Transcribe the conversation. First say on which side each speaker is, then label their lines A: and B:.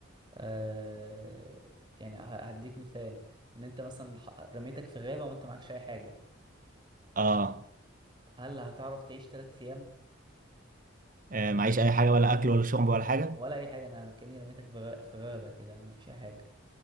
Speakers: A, on the right (about 20°); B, on the right (about 40°).
A: آه يعني ه- هديك مثال ان انت مثلا ح- رميتك في غابه وانت معكش اي حاجه
B: آه
A: هل هتعرف تعيش 3 ايام
B: آه، معيش أي حاجة ولا أكل ولا شرب ولا حاجة
A: ولا اي حاجه انا كاني رميتك في غ- في غابه كده مفيش اي حاجه